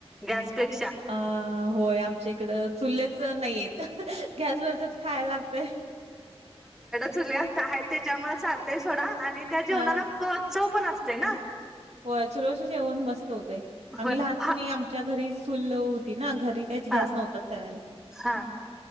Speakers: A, in the centre; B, on the right.
A: गॅसपेक्षा
B: अ होय आमच्या इकडं चुललेच नाहीयेत. गॅसवरचच खायला लागते
A: चुला काय त्याच्यामुळे चालतेय सोडा आणि त्या जेवणाला
B: हा
A: प चव पण असते ना
B: होय चुलीवर च जेवण मस्त होतंय
A: हो
B: आम्ही लहानपणी
A: हा
B: आमच्या घरी चूल होती ना घरी तेच
A: हा
B: घॅस नव्हता त्यावेळेला
A: हा